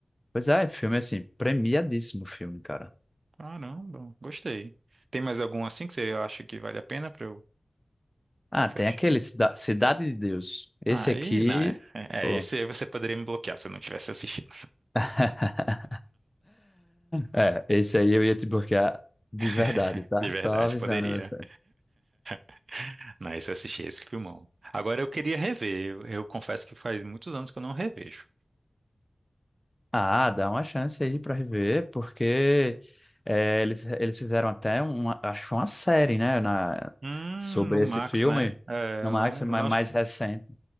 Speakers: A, on the left (about 15°); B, on the right (about 70°).
A: Pois é, filme assim, premiadíssimo filme, cara.
B: Caramba, gostei. Tem mais algum assim que você acha que vale a pena pra eu
A: Ah,
B: fechar?
A: tem aquele Cida- Cidade de Deus. Esse
B: Aí,
A: aqui.
B: não, é, é,
A: pô.
B: é, esse aí você poderia me bloquear se eu não tivesse assistido.
A: <laughs> É, esse aí eu ia te bloquear de
B: <laughs>
A: verdade, tá?
B: De verdade,
A: Só avisando
B: poderia.
A: você.
B: <laughs> Não, esse eu assisti, esse filmão. Agora eu queria rever. Eu, eu confesso que faz muitos anos que eu não revejo.
A: Ah, dá uma chance aí pra rever, porque é, eles, eles fizeram até uma, acho que foi uma série, né, na,
B: Hum,
A: sobre
B: no
A: esse
B: Max,
A: filme,
B: né? É,
A: no
B: eu
A: Max,
B: não,
A: mas
B: eu não.
A: mais recente.